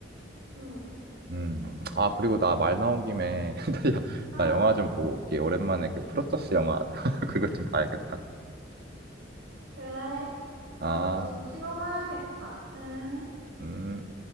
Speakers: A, on the right (about 80°); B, on the right (about 60°).
A: 응.
B: 음. 아, 그리고 나 말 나온 김에, <laughs> 나 여-
A: 아,
B: 나 영화 좀 보고 올게. 오랜만에 그 프로토스 영화, <laughs> 그것 좀 봐야겠다.
A: 그래. 나도
B: 아,
A: 좀 쉬러 가야겠다. 응.
B: 음.